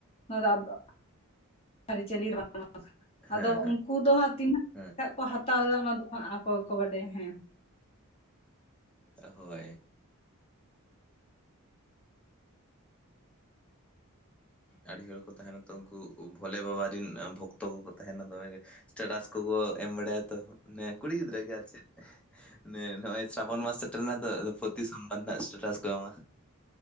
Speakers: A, on the left; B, in the centre.
A: ᱱᱚᱣᱟ ᱡᱮ ᱵᱟᱝ ᱱᱚᱣᱟ ᱟᱵᱚ ᱟᱹᱨᱤᱪᱟᱹᱞᱤ <inaudible>
B: ᱦᱮᱸ
A: ᱟᱫᱚ
B: ᱦᱮᱸ
A: ᱩᱝ ᱾ ᱠᱩ ᱫᱚ ᱦᱟᱸᱜ ᱛᱤᱱᱟᱹᱜ
B: ᱦᱮᱸ
A: <inaudible> ᱜᱟᱜ ᱠᱚ ᱦᱟᱛᱟᱣ ᱫᱟ ᱚᱱᱟ ᱫᱚ ᱦᱟᱸᱜ ᱟᱠᱚᱜᱮᱠᱚ ᱵᱟᱰᱟᱭᱟ ᱦᱮᱸ ᱾
B: ᱦᱳᱭ ᱾ ᱟᱹᱰᱤ ᱦᱚᱲ ᱠᱚ ᱛᱟᱦᱮᱱᱟ ᱛᱚ ᱩᱱᱠᱩ ᱵᱷᱳᱞᱮ ᱵᱟᱵᱟ ᱨᱮᱱ ᱵᱷᱚᱠᱛᱚ ᱠᱚᱠᱚ ᱛᱟᱦᱮᱱᱟ ᱫᱚᱢᱮ ᱜᱮ ᱾ ᱥᱴᱮᱴᱟᱥ ᱠᱚᱠᱚ ᱮᱢ ᱵᱟᱲᱟᱭᱟ ᱛᱚ ᱱᱮ ᱠᱩᱲᱤ ᱜᱤᱫᱽᱨᱟᱹ ᱜᱮ ᱪᱮᱜ <unintelligible> ᱱᱮ ᱱᱚᱜᱼᱚᱭ ᱥᱨᱟ ᱵᱚᱱ ᱢᱟᱥ ᱥᱮᱴᱮᱨ ᱱᱟᱛᱚ ᱯᱚᱛᱤ ᱥᱚᱢᱵᱟᱨ ᱱᱟᱜ ᱮᱥᱴᱮᱴᱟᱥ ᱠᱚ ᱮᱢᱟ ᱾